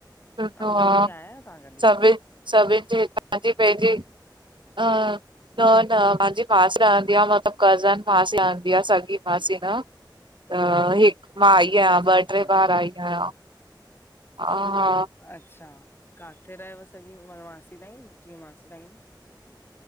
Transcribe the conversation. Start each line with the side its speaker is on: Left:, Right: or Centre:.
Right: सुठो
Left: अमरावती
Right: आ
Left: आयायो तहां कॾी?
Right: सभिन सभिन जे हितां जी पंहिंजी, अं न न, मांजी मासी रहंदी आ मतलब कज़न मासी रहंदी आ, सॻी मासी न। त हिक मां आई आयां,
Left: अच्छा
Right: ॿ
Left: अच्छा
Right: ट्रे बार आई आयां, हा हा
Left: अच्छा, काथे रहेव सॻी म मासी ताईं, जीअं मासी ताईं?